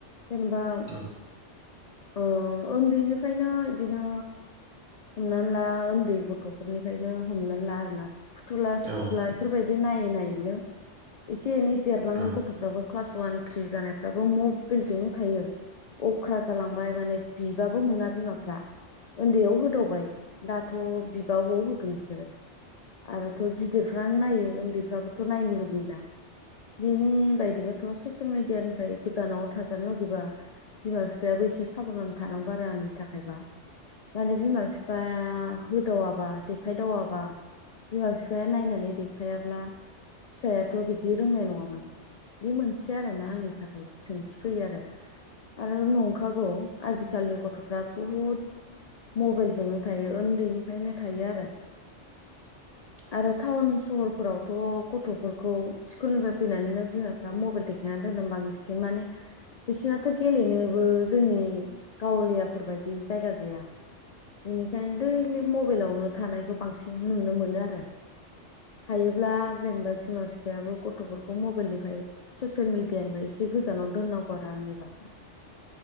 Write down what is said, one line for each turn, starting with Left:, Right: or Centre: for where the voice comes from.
Left: जेनेबा।
Right: औ
Left: औ ओन्दैनिफायनो इदिनो हमनानै ला ओन्दै गथ'फोरनिफायनो हमनानै ला आरोना। फुथुला
Right: औ
Left: सुथुला
Right: औ
Left: इफोरबायदि
Right: औ
Left: नायै नायै <unintelligible> एसे एनै देरलांनाय
Right: औ
Left: गथ'फ्राबो
Right: औ
Left: क्लास वान थ्रि जानाय फ्राबो मबेलजोंनो थायो। अख्राज जालांबाय माने बिबाबो मोना बिमाफ्रा। ओन्दैयाव होदावबाय दाथ' बिबा अबाव होगोनस सोरो आरोथ' गिदिरफ्रानो नायो ओ ओन्दैफ्राबोथ' नायनो लुबैयोना। बिनि बायदिबाथ' ससे सेल मिडियानिफाय गोजानाव थाजानो लुगैबा बिमा बि फायाबो एसे साब'धान थानांगौ आरो आंनि थाखायबा माने बिमा बिफाया होदावाबा देखायदावाबा बिमा बिफाया नायना नै देखायाब्ला। फिसायाथ' बि दि रोंनाय नङामोन। बे मोनसे आरो ना। आंनि थाखाय सोंथि फैयो आरो। आरो नं खागौ आजि खालिनि गथ' फ्रा बुहुद मबाइलजोंनो थायो उन्दैनिफ्रायनो थायो आरो। आरो टाउन स हरफोरावथ' गथ'फोरखौ स्कुलनिफ्राय फैनानैनो बिमाफ्रा मबाइल देखायनानै दोनदों बांसिन माने बे सिनाथ' गेलेनोबो जोंनि गावलियाफोरबायायदि जायगा गैया। बेनिखायनो दैलिग मबाइलावनो थानायखौ बांसिन नुनो मोनो आरो हायोब्ला जेनेबा बिमा बिफायाबो गथ'फोरखौ मबाइलनिफ्राय ससियेल मिडियानिफ्राय एसे गोजानाव दोननांगौ आरो आंनि बा।